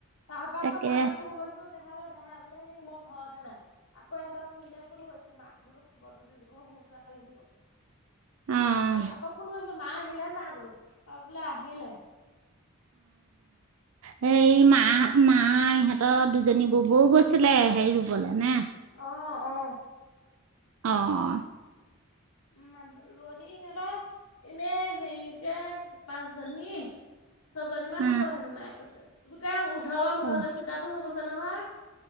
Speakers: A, on the left (about 65°); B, on the right (about 70°).
A: তাৰপা
B: তাকে
A: আকৌ তালে ফোন কৰিছোঁ দেহালে, দেহাই বোলে হেই মই ঘৰতে নাই। আকৌ এহঁতক খুৰিলে ফোন কৰিছোঁ, মাক বোলো খবৰটো দি দিব মোৰ <unintelligible>
B: আহ
A: আকৌ ফোন কৰিছোঁ মা আহিলে নাই বোলো। অ' বোলে আহিলে। <inaudible>
B: হেই মা- মা ইহঁতৰ দুজনী ববৌ গৈছিলে হেই ৰুবলে নে?
A: অ', অ'।
B: অ'।
A: মানহ ৰোৱনী সিহঁতৰ এনে হেইকে পাঁচজনী। ছজনীমান
B: উম
A: হ'ব হেনো মায়ে কৈছে। গোটেই উধ বা মুধলে
B: অ উম
A: চিধাটো হৈ গৈছে নহয়!